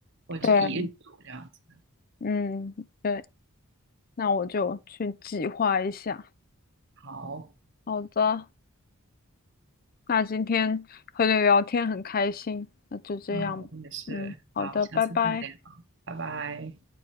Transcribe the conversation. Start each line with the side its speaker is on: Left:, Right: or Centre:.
Right: 或者一日游这样子。
Left: 对。嗯，对，那我就去计划一下。
Right: 好，
Left: 好的，那今天和你聊天很开心，那就这样。
Right: 嗯，我也是，
Left: 嗯，好的，
Right: 好，下次再聊，
Left: 拜拜。
Right: 拜拜。